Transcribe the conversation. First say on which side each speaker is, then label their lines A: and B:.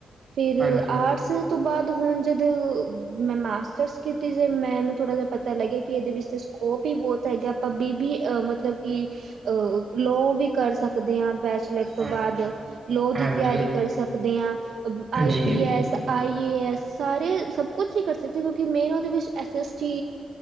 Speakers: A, on the right; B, on the right.
A: ਫਿਰ
B: ਹਾਂਜੀ।
A: ਆਰਟਸ ਤੋਂ ਬਾਅਦ ਹੁਨ ਜਦੋਂ ਮੈਂ ਮਾਸਟਰਸ। ਮੈਨੂੰ ਥੋੜ੍ਹਾ ਜਿਹਾ ਪਤਾ ਲੱਗਿਆ ਕਿ ਇਹਦੇ ਵਿੱਚ ਸਕੋਪ ਹੀ ਬਹੋਤ ਹੈਗਾ ਆਪਾਂ ਬੀਬੀ ਅ ਮਤਲਬ ਕਿ ਅਹ ਲੋ ਵੀ ਕਰ ਸਕਦੇ ਹਾਂ। ਬੈਚਲਰ ਤੋਂ
B: ਹਾਂ,
A: ਬਾਅਦ ਲੋਅ
B: ਹਾਂਜੀ,
A: ਦੀ ਤਿਆਰੀ ਕਰ ਸਕਦੇ ਹਾਂ ਆਈ
B: ਜੀ।
A: P S I. ਯਸੈ ਸਾਰੇ ਸਭ ਕੁਛ ਹੀ ਕਰ ਸਕਦੇ ਕਿਉਂਕਿ ਮੇਨ ਉਹਦੇ ਵਿੱਚ ਐੱਸ ਐੱਸ ਟੀ